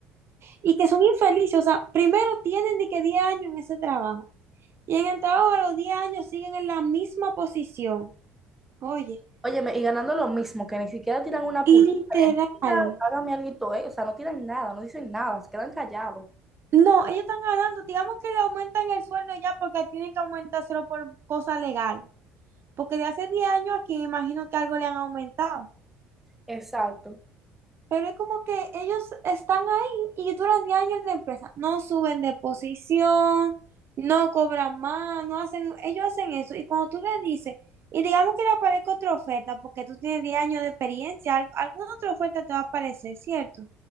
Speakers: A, on the right (about 45°); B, in the centre.
A: Y que son infelices, o sea, primero tienen de que 10 años en ese trabajo y en el trabajo a los 10 años siguen en la misma posición. Oye,
B: Óyeme, y ganando lo mismo, que ni siquiera tiran una
A: literal.
B: puñada de mira, págame alguito, eh". O sea, no tiran nada, no dicen nada, se quedan callados.
A: No, ellos están ganando. Digamos que le aumentan el sueldo ya porque tienen que aumentárselo por cosas legales. Porque de hace 10 años aquí me imagino que algo le han aumentado.
B: Exacto.
A: Pero es como que ellos están ahí y duran 10 años en la empresa. No suben de posición, no cobran más, no hacen, ellos hacen eso. Y cuando tú le dices, y digamos que le aparezca otra oferta porque tú tienes 10 años de experiencia, al- alguna otra oferta te va a aparecer, ¿cierto?